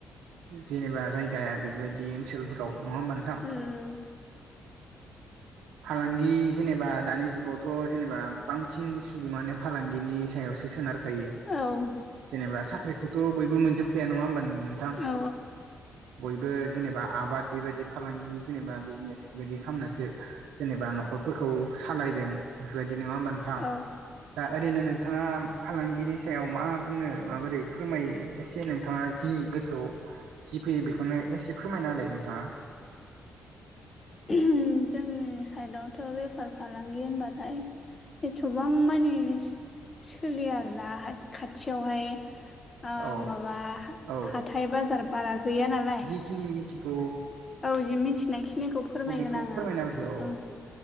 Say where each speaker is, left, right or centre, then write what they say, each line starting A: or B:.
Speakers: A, on the right (about 80°); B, on the left (about 40°).
A: जेनेबा जायगाया बेबायदि ओनसोलफोराव नङा होमबा नोंथां
B: उम उम
A: फालांगि जेनेबा दानि जुगावथ' जेनेबा बांसिन सुबुङानो फालांगिनि सायावसो सोनारखायो
B: औ
A: जेनेबा साख्रिखौथ' बयबो मोनजोबखाया नङा होमबा नोंथां
B: औ
A: बयबो जेनेबा आबाद बेबायदि फालांगि जेनेबा बिजनेस बेबायदि खालामनासो जेनेबा न'खरफोरखौ सालायदों बेफोरबायदि नङा होमबा नोंथां
B: औ
A: दा ओरैनो नोंथाङा फालांगिनि सायाव मा बुंनो माबोरै फोरमायो एसे नोंथाङा जि गोसोआव जि फैयो बेखौनो एसे फोरमायना होलाय नोंथाङा
B: जोंनि साइडआवथ' बेफार फालांगि होनबाथाय एथबां मानि सोलियो आरोना खाथियावहाय ओ
A: औ
B: माबा
A: औ
B: हाथाय बाजार बारा गैया नालाय
A: खिनि मिथिखौ
B: औ जि मिथिनायखिनिखौ फोरमायगोन
A: बेखौ
B: आङो
A: फोरमायना होदो
B: ओं